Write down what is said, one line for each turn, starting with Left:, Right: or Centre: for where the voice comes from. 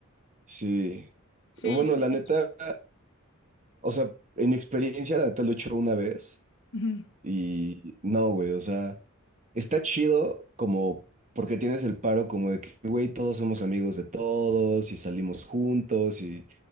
Right: sí.
Left: Sí,
Right: Bueno,
Left: sí.
Right: la
Left: sí.
Right: neta, o sea, en mi experiencia, la neta lo he hecho una vez
Left: Ujú,
Right: y no, güey, o sea, está chido como porque tienes el paro como de que, güey, todos somos amigos de todos y salimos juntos y...